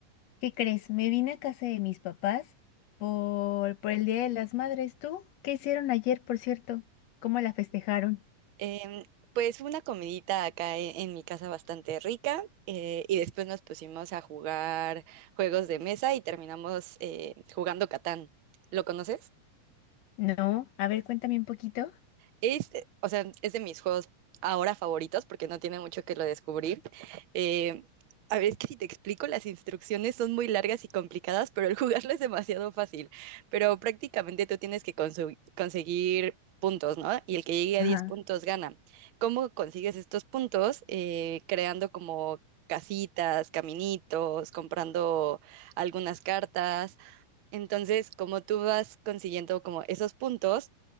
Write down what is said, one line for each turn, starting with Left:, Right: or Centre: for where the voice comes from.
Left: ¿Qué crees? Me vine a casa de mis papás por, por el Día de las Madres. ¿Tú? ¿Qué hicieron ayer, por cierto? ¿Cómo la festejaron?
Right: Em, pues una comidita acá e- en, mi casa bastante rica eh, y después nos pusimos a jugar juegos de mesa y terminamos eh, jugando Catán. ¿Lo conoces?
Left: No, a ver, cuéntame un poquito.
Right: Es, eh, o sea, es de mis juegos ahora favoritos porque no tiene mucho que lo descubrir. Eh, a ver, es que si te explico, las instrucciones son muy largas y complicadas, pero el <laughs> jugarlo es demasiado fácil. Pero prácticamente tú tienes que consu- conseguir puntos, ¿no? Y el que llegue
Left: Ajá.
Right: a 10 puntos gana. ¿Cómo consigues estos puntos? Eh, creando como casitas, caminitos, comprando algunas cartas. Entonces, como tú vas consiguiendo como esos puntos,